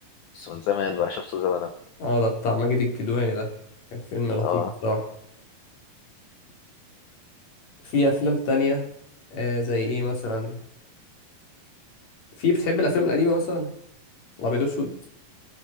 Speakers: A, on the left; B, on the left.
A: بس من زمان بقى شفته زمان أوي.
B: اه ده بتاع ماجد الكدواني ده كان فيلم لطيف
A: اه
B: الصراحة في أفلام تانية آه زي إيه مثلا في بتحب الأفلام القديمة مثلا الأبيض وأسود